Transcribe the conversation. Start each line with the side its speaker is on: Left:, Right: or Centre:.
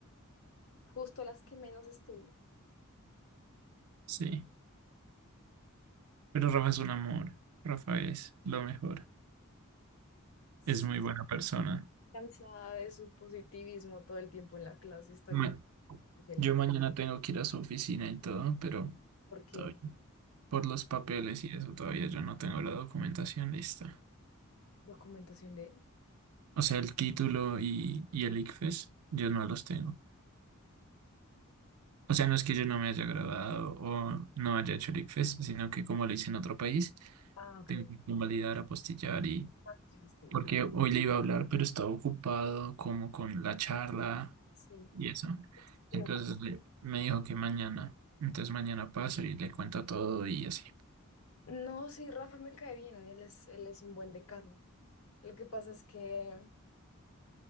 Left: justo las que menos estudio.
Right: Sí. Pero Rafa es un amor. Rafa es lo mejor.
Left: Sí,
Right: Es
Left: sí,
Right: muy buena persona.
Left: cansada de su positivismo todo el tiempo en la clase, está
Right: Ma-
Left: gritando feliz.
Right: yo mañana tengo que ir a su oficina y todo, pero
Left: ¿Por qué?
Right: todavía- por los papeles y eso todavía yo no tengo la documentación lista.
Left: Documentación de...
Right: O sea, el título y, y el ICFES, yo no los tengo. O sea, no es que yo no me haya graduado o no haya hecho el ICFES, sino que como lo hice en otro país,
Left: Ah, ok.
Right: tengo que convalidar, apostillar y...
Left: Ah, qué fastidio.
Right: Porque hoy le iba a hablar, pero estaba ocupado como con la charla
Left: Sí.
Right: y eso.
Left: Bien.
Right: Entonces le- me dijo que mañana. Entonces mañana paso y le cuento todo y así.
Left: No, sí, Rafa me cae bien, él es, él es un buen decano. Lo que pasa es que